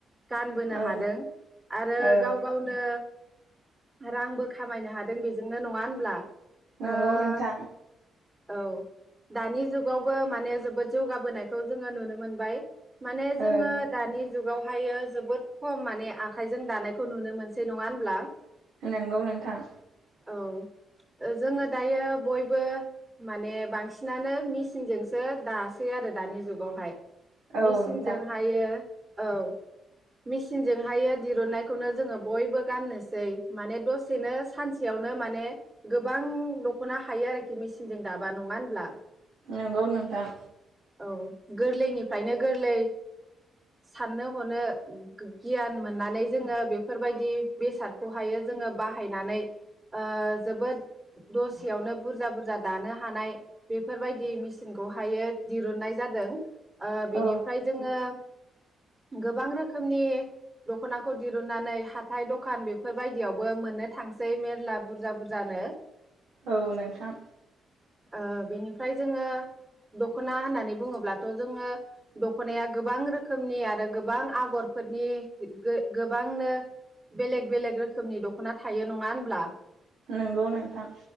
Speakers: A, on the right; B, on the right.
A: गानबोनो
B: औ
A: हादों आरो
B: ओं
A: गाव गावनो रांबो खामायनो हादों बेजोंनो नङा होनब्ला?
B: नंगौ
A: ओ
B: नोंथां।
A: औ दानि जुगावबो माने जोबोद जौगाबोनायखौ जोङो नुनो मोनबाय। माने जोङो
B: ओं
A: दानि जुगावहायो जोबोद खम माने आखाइजों दानायखौ नुनो मोनसै नङा होनब्ला?
B: नंगौ नोंथां।
A: औ जोङो दायो बयबो माने बांसिनानो मेसिनजोंसो दासै आरो दानि जुगावहाय।
B: औ
A: मेचिनजों
B: नोंथां
A: हायो। औ मेचिनजोंहायो दिरुननायखौनो जोङो बयबो गाननोसै माने दसेनो सानसेयावनो माने गोबां दख'ना हायो आरोखि मेचिनजों दाबा नङा होनब्ला?
B: नंगौ नोंथां।
A: औ गोरलैनिफ्रायनो गोरलै साननो हनो गियान मोननानै जोङो बेफोरबायदि बेसादखौहायो जोङो बाहायनानै ओ जोबोद दसेयावनो बुरजा बुरज जा दानो हानाय बेफोरबायदि मेचिनखौहायो दिरुननाय जादों। ओ बिनिफ्राय
B: औ
A: जोङो गोबां रोखोमनि दख'नाखौ दिरुननानै हाथाय दखान बेफोरबायदियावबो मोननो थांसै मेर्ला बुरजा बुरजानो।
B: औ नोंथां।
A: ओ बेनिफ्राय जोङो दख'ना होननानै बुङोब्लाथ' जोङो दख'नाया गोबां रोखो खोमनि आरो गोबां आगर फोरनि गो गोबांनो बेलेग बेलेग रोखोमनि द दख'ना थायो नङा होनब्ला
B: नंगौ नोंथां